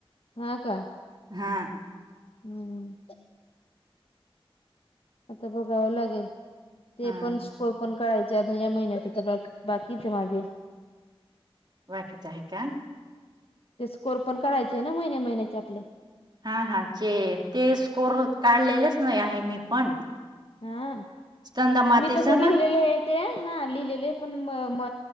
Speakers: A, on the left (about 70°); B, on the right (about 45°).
A: हा का?
B: हा.
A: हम्म आता बघावं लागेल. ते
B: हा
A: पण स्कोर पण कळायचे अजून या महिन्याचे तर बाकी बाकीच माझे.
B: बाकीच आहे का?
A: ते स्कोर पण कळायचे आहे ना महिने महिन्याचे आपले.
B: हा हा चे ते स्कोर काढलेलेच नाही आहे मी पण.
A: हा
B: स्तंदा मातेचा
A: मी तस
B: ना
A: लिहिलेलं आहे ते हा लिहिलेले पण म म